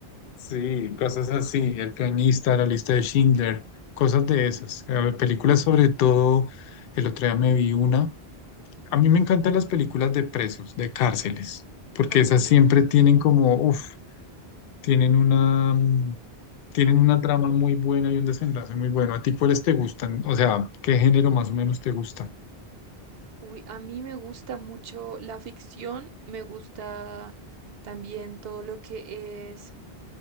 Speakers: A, on the left (about 65°); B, on the right (about 70°).
A: sí, cosas así, El Pianista, La Lista de Schindler, cosas de esas. A ver, películas sobre todo, el otro día me vi una. A mí me encantan las películas de presos, de cárceles, porque
B: Ok.
A: esas siempre tienen como, uff. Tienen una, mm, tienen una trama muy buena y un desenlace muy bueno. ¿A ti cuáles te gustan? O sea, ¿qué género más o menos te gusta?
B: Uy, a mí me gusta mucho la ficción, me gusta también todo lo que es